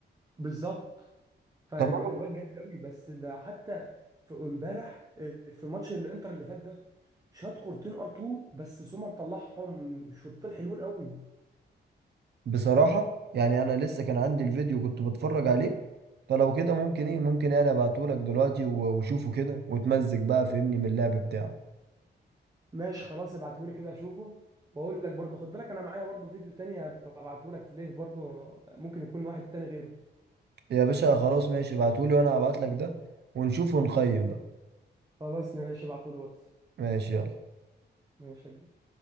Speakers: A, on the right; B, on the right.
A: بالظبط فالواد
B: طب انا
A: جامد قوي بس ده حتى في امبارح آه، في ماتش الانتر اللي فات ده شاط كورتين ار 2 بس سومر طلعهم شوطين حلوين قوي
B: بصراحة يعني انا لسه كان عندي الفيديو كنت بتفرج عليه فلو كده ممكن ايه ممكن انا ابعتهولك دلوقتي و- وشوفه كده وتمزج بقى فهمني من اللعب بتاعه
A: ماشي خلاص ابعته لي كده اشوفه واقول لك برضو خد بالك انا معايا برضو فيديو تاني ابعته لك ليه برضو ممكن يكون واحد تاني غيره
B: يا باشا خلاص ماشي ابعتولي وانا هبعتلك ده ونشوف ونقيم بقى
A: خلاص ماشي ابعته لي واتس
B: ماشي يلا
A: ماشي يا كبير.